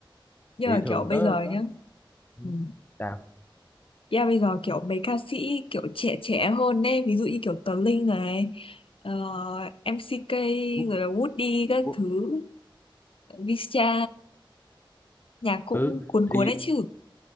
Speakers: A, on the left (about 85°); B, on the left (about 25°).
A: nhưng
B: thì
A: mà
B: thường
A: kiểu bây
B: tớ
A: giờ
B: tớ
A: nhá
B: ừ,
A: ừ.
B: sao
A: yeah, bây giờ kiểu mấy ca sĩ kiểu trẻ trẻ hơn ấy ví dụ như kiểu Tờ Linh này ờ, MCK
B: Quốc-
A: rồi là Woody các
B: quốc-
A: thứ visa nhạc cũng
B: ừ
A: cuốn cuốn
B: thì,
A: đấy chứ